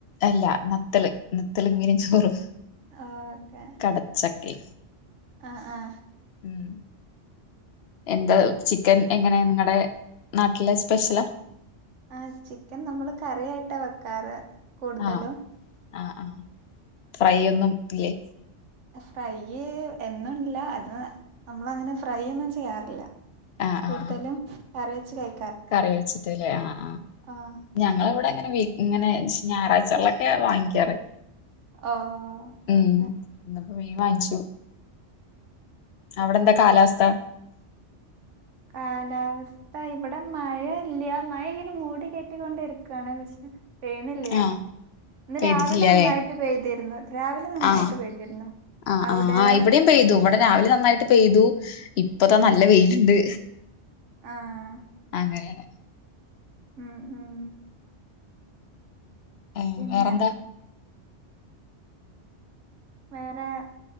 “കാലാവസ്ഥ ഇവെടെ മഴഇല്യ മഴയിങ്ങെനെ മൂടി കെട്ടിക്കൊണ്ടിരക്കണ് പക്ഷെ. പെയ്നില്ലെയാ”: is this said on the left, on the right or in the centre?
Right